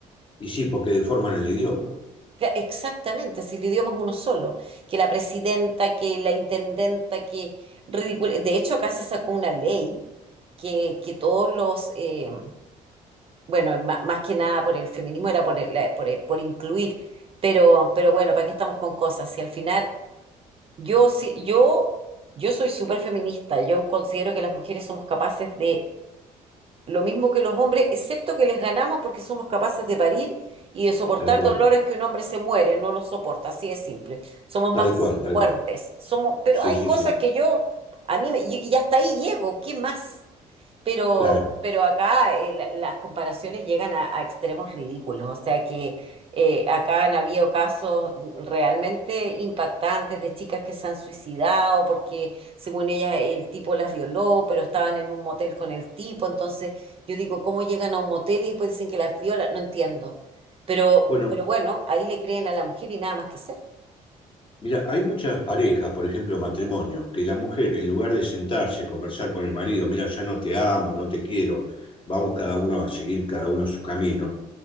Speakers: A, on the left (about 35°); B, on the right (about 35°).
A: Y sí, porque deforman el idioma,
B: Ca- Exactamente, si el idioma es uno solo, que la presidenta, que la intendenta, que ridículo. De hecho, acá se sacó una ley que, que todos los, eh, bueno, ma- más que nada por el feminismo era por, el- la- por, el- por incluir, pero, pero bueno, ¿para qué estamos con cosas? Si al final, yo, sí- yo, yo soy súper feminista, yo considero que las mujeres somos capaces de lo mismo que los hombres, excepto que les ganamos porque somos capaces de parir y de soportar
A: tal cual,
B: dolores que un hombre se muere, no los soporta, así es simple. Somos más
A: tal cual, tal
B: fuertes,
A: cual.
B: somos, pero
A: Sí,
B: hay
A: sí,
B: cosas
A: sí,
B: que yo, a mí me, y, y hasta ahí llego, ¿qué más? Pero,
A: claro.
B: pero acá eh, la- las comparaciones llegan a, a extremos ridículos, o sea que eh, acá han habido casos realmente impactantes de chicas que se han suicidado porque según ellas el tipo las violó, pero estaban en un motel con el tipo, entonces yo digo, ¿cómo llegan a un motel y después dicen que las violan? No entiendo. Pero,
A: Bueno,
B: pero bueno, ahí le creen a la mujer y nada más que hacer.
A: mira, hay muchas parejas, por ejemplo, matrimonio, que la mujer, en lugar de sentarse, conversar con el marido, mira, ya no te amo, no te quiero, vamos cada uno a seguir cada uno su camino,